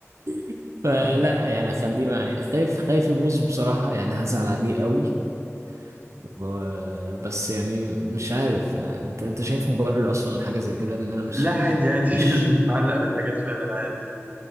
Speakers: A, on the right; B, on the right.
A: <laughs> فلا
B: مم.
A: يعني اخليه معايا خايف خايف يبوظ بصراحه يعني هزعل عليه قوي و- بس يعني مش عارف يعني انت انت شايف مبرر اصلا لحاجه زي كده ان انا مش
B: لا عادي عادي
A: مش
B: في ناس بتتعلق بالحاجات فعلا عادي